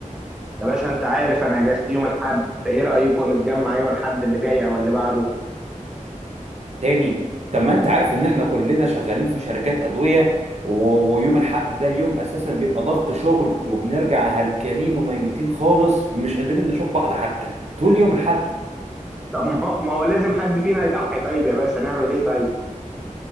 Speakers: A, in the centre; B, on the right.
A: يا باشا انت عارف انا اجازتي يوم الاحد فايه رايكم نتجمع يوم الاحد اللي جاي او اللي بعده
B: تاني طب ما انت عارف ان احنا كلنا شغالين في شركات ادويه و- ويوم الاحد ده يوم اساسا بيبقى ضغط شغل وبنرجع هلكانين وميتين خالص ومش قادرين نشوف بعض حتى تقول لي يوم الاحد
A: طب ما هو ما هو لازم حد فينا يضحي طيب يا باشا نعمل ايه طيب